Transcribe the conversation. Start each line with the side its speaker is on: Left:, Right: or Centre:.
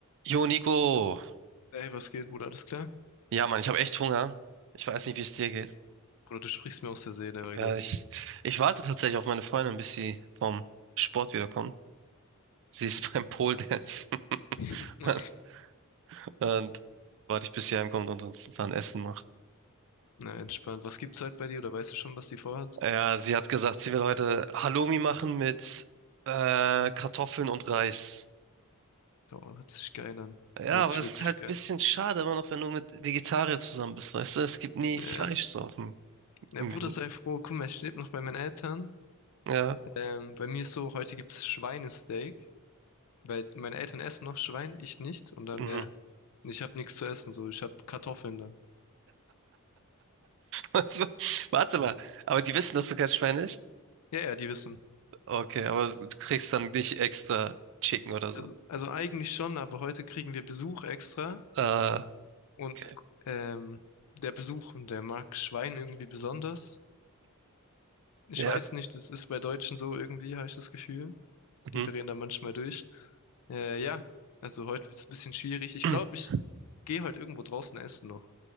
Right: Jo, Nico.
Left: Ey, was geht, Bruder? Alles klar?
Right: Ja, Mann, ich habe echt Hunger. Ich weiß nicht, wie es dir geht.
Left: Bruder, du sprichst mir aus der Seele, mein
Right: Äh,
Left: Gott.
Right: ich, ich warte tatsächlich auf meine Freundin, bis sie vom Sport wiederkommt. Sie ist <laughs> beim Pole Dance.
Left: <laughs>
Right: <laughs> Und warte ich, bis sie heimkommt und uns dann Essen macht.
Left: Na, entspannt. Was gibt's halt bei dir? Oder weißt du schon, was die vorhat?
Right: Ja, sie hat gesagt, sie will heute Halloumi machen mit äh, Kartoffeln und Reis.
Left: Oh, hört sich geil an.
Right: Ja,
Left: Hört
Right: aber
Left: sich
Right: es
Left: wirklich
Right: ist halt
Left: geil
Right: ein bisschen schade immer noch, wenn du mit Vegetarier zusammen bist, weißt du? Es gibt nie
Left: an.
Right: Fleisch
Left: Äh,
Right: so auf dem
Left: ja,
Right: Menü.
Left: Bruder, sei froh. Guck mal, ich lebe noch bei meinen Eltern.
Right: Ja.
Left: Ähm, bei mir ist so, heute gibt's Schweinesteak, weil meine Eltern essen noch Schwein, ich nicht. Und dann,
Right: Mhm.
Left: ja, ich habe nichts zu essen, so. Ich habe Kartoffeln dann.
Right: <laughs> Warte mal, aber die wissen, dass du kein Schwein isst?
Left: Ja, ja, die wissen.
Right: Okay, aber du kriegst dann nicht extra Chicken oder so.
Left: Also, also eigentlich schon, aber heute kriegen wir Besuch extra.
Right: Äh,
Left: Und
Right: okay.
Left: ähm, der Besuch, der mag Schwein irgendwie besonders. Ich
Right: Ja.
Left: weiß nicht, das ist bei Deutschen so irgendwie, habe ich das Gefühl.
Right: Mhm.
Left: Die drehen da manchmal durch. Äh, ja, also heute wird's ein bisschen schwierig. Ich
Right: <clears throat>
Left: glaube, ich gehe heute irgendwo draußen essen noch.